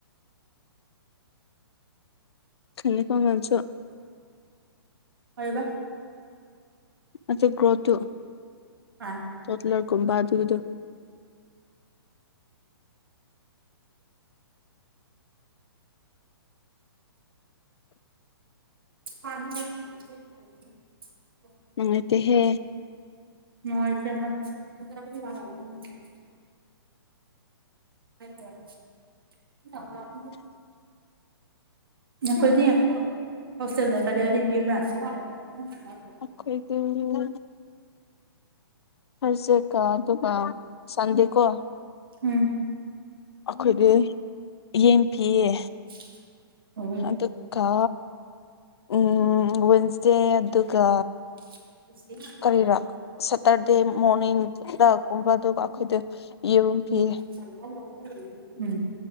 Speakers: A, on the left; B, on the right.
A: ꯈꯅꯤꯀꯣ ꯅꯪꯆꯨ
B: ꯀꯣꯏꯔꯤꯕ
A: ꯑꯗꯨ ꯒ꯭ꯔꯣ ꯇꯨ
B: <unintelligible>
A: ꯇꯣꯗꯇ꯭ꯂ꯭ꯔ ꯀꯨꯝꯕ ꯑꯗꯨꯒꯗꯨ
B: <unintelligible>
A: ꯅꯨꯡꯉꯥꯏꯇꯦꯍꯦ
B: ꯅꯨꯡꯉꯥꯏꯇꯦ ꯍꯣꯏ <unintelligible> <unintelligible> ꯅꯈꯣꯏꯗꯤ ꯍꯣꯁꯇꯦꯜꯗ ꯀꯗꯥꯏ <unintelligible> ꯄꯤꯕ꯭ꯔꯥ? <unintelligible>
A: ꯑꯈꯣꯏꯇꯨ ꯃꯤ ꯃꯤ ꯍꯔꯁꯦ ꯀꯥꯇꯨꯀꯥ ꯁꯟꯗꯦ ꯀꯣ
B: ꯎꯝ
A: ꯑꯈꯣꯏꯗꯤ ꯌꯦꯟ ꯄꯤꯌꯦ
B: <unintelligible>
A: ꯑꯗꯨꯀꯥ ꯎꯝ ꯋꯥꯟꯁꯗꯦ ꯑꯗꯨꯒ
B: <unintelligible>
A: ꯀꯔꯤꯔꯥ ꯁꯠꯇꯔꯗꯦ ꯃꯣꯔꯅꯤꯡꯗꯒꯨꯝꯕ ꯑꯗꯨꯒ ꯑꯈꯣꯏꯗꯨ ꯌꯦꯔꯨꯝ ꯄꯤꯌꯦ꯫
B: ꯎꯝ <inaudible> ꯎꯝ